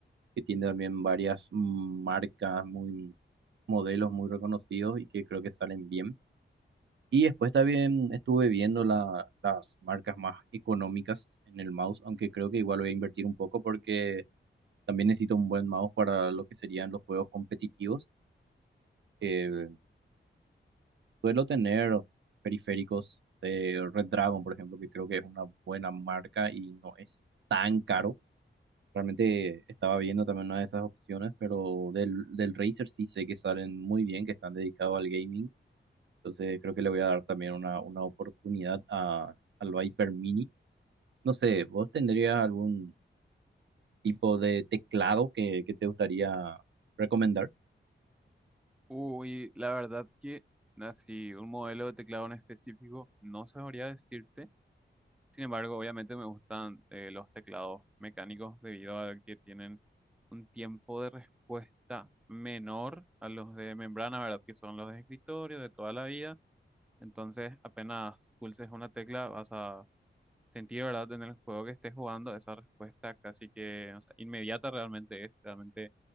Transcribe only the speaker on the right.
que tiene también varias mm, marcas, muy modelos muy reconocidos y que creo que salen bien. Y después también estuve viendo la- las marcas más económicas en el mouse, aunque creo que igual voy a invertir un poco porque también necesito un buen mouse para lo que serían los juegos competitivos. Eh, suelo tener periféricos de Red Dragon, por ejemplo, que creo que es una buena marca y no es tan caro. Realmente estaba viendo también una de esas opciones, pero del, del Razer sí sé que salen muy bien, que están dedicados al gaming. Entonces creo que le voy a dar también una, una oportunidad a, al Viper Mini No sé, ¿vos tendrías algún tipo de teclado que, que te gustaría recomendar?